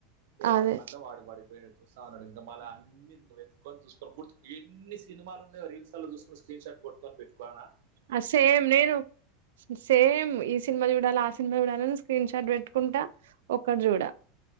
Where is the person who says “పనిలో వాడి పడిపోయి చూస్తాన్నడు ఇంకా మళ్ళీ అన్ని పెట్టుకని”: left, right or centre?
Right